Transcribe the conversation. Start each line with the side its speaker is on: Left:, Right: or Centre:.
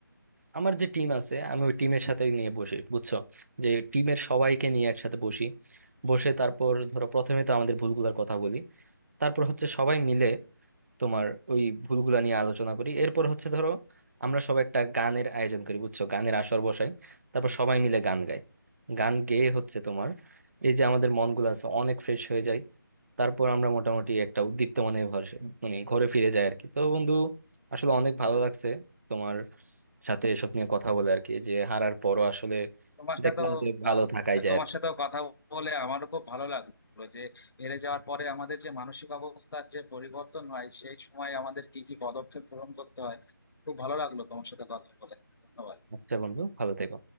Right: আমার যে টিম আছে আমি ওই টিমের সাথে নিয়ে বসি বুঝছো যে টিমের সবাইকে নিয়ে একসাথে বসি বসে তারপর ধরো প্রথমে তো আমাদের ভুলগুলোর কথা বলি তারপর হচ্ছে সবাই মিলে তোমার ওই ভুলগুলা নিয়ে আলোচনা করি এরপর হচ্ছে ধরো আমরা সবাই একটা গানের আয়োজন করি বুঝছো গানের আসর বসাই তারপর সবাই মিলে গান গাই গান গেয়ে হচ্ছে তোমার এই যে আমাদের মনগুলো আছে অনেক ফ্রেশ হয়ে যায় তারপর আমরা মোটামুটি একটা উদ্দীপ্তমানের ঘরে মানে ঘরে ফিরে যাই আর কি তো বন্ধু আসলে অনেক ভালো লাগছে তোমার সাথে এসব নিয়ে কথা বলে আর কি যে হারার পরও আসলে
Left: তোমার
Right: দেখলাম
Left: সাথেও
Right: যে ভালো
Left: আহ,
Right: থাকাই যায়
Left: তোমার
Right: আর কি
Left: সাথেও কথা বলে আমারও খুব ভালো লাগলো যে হেরে যাওয়ার পরে আমাদের যে মানসিক অবস্থার যে পরিবর্তন হয় সেই সময় আমাদের কি কি পদক্ষেপ গ্রহণ করতে হয় খুব ভালো লাগলো তোমার সাথে কথা বলে ধন্যবাদ
Right: আচ্ছা বন্ধু ভালো থেকো